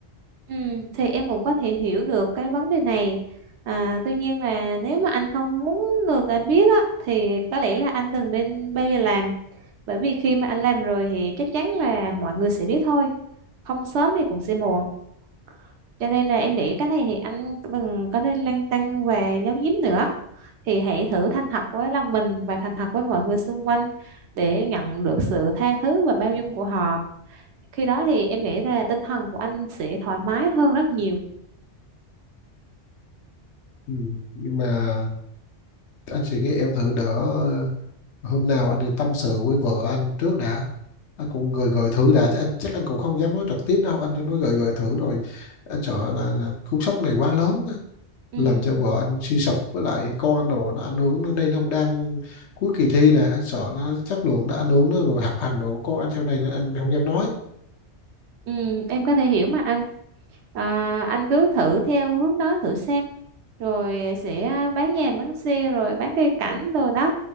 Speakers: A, on the right; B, on the left.
A: ừ, thì em cũng có thể hiểu được cái vấn đề này à, tuy nhiên là nếu mà anh không muốn người ta biết á, thì có lẽ là anh đừng nên bao giờ làm bởi vì khi mà anh làm rồi thì chắc chắn là mọi người sẽ biết thôi không sớm thì cũng sẽ muộn cho nên là em nghĩ cái này thì anh đừng có nên lăn tăn và giấu giếm nữa thì hãy thử thành thật với lòng mình và thành thật với mọi người xung quanh để nhận được sự tha thứ và bao dung của họ khi đó thì em nghĩ là tinh thần của anh sẽ thoải mái hơn rất nhiều
B: ừ. nhưng mà anh sẽ nghĩ em thử đỡ ờ, hôm nào anh thì tâm sự với vợ anh trước đã anh cũng gợi gợi thử đã chứ anh chắc anh cũng không dám nói trực tiếp đâu anh chỉ nói gợi gợi thử rồi anh sợ là, là cú sốc này quá lớn á,
A: ừ.
B: làm cho vợ anh suy sụp với lại con anh đồ nó ảnh hưởng nó đây nó cũng đang cuối kỳ thi này anh sợ nó chất lượng nó ảnh hưởng nó rồi học hành đồ con anh sau này nó anh không dám nói
A: Ừ, em có thể hiểu mà anh. À, anh cứ thử theo hướng đó thử xem. Rồi sẽ bán nhà bán xe rồi bán cây cảnh rồi đó.